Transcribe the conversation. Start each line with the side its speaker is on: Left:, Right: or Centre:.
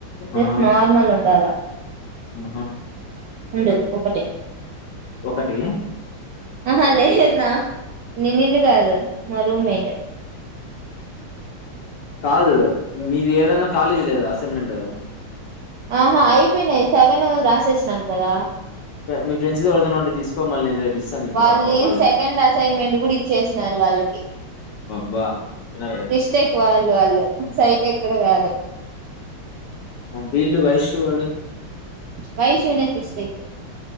Right: జస్ట్
Left: ఆహా
Right: నార్మల్ ఉండాలా
Left: ఆహా
Right: రెండు ఒకటి
Left: ఒకటి
Right: ఆ లేలేదు నా ననును కాదు మా రూమ్మేట్
Left: కాదు మీది ఏదన్న ఖాళీదు లేద అసైన్మెంట్
Right: ఆహ అయిపోయినాయి సెవెన్ రా చేేసన్నాం కదా
Left: మీ ఫఫ్రెండ్స్ ఎవరిది ఆయన ఉంటే తీసుకో మళ్ నేను రేపు ఇస్తాను నీకు
Right: వాళ్ళు
Left: ఆ పా- వాళ్ళకి
Right: సెకండ్ అసైన్మెంట్ కూడా ఇచ్చేసినారు వాళ్ళకి
Left: అబ్బా వినాలి
Right: సిస్టెక్ వాళ్ళు వాళ్ళకి సైట్ ఎక్కడ కాదు
Left: బిల్లు వైషూ వాళ్ళు
Right: వైశూనేె సిస్కెట్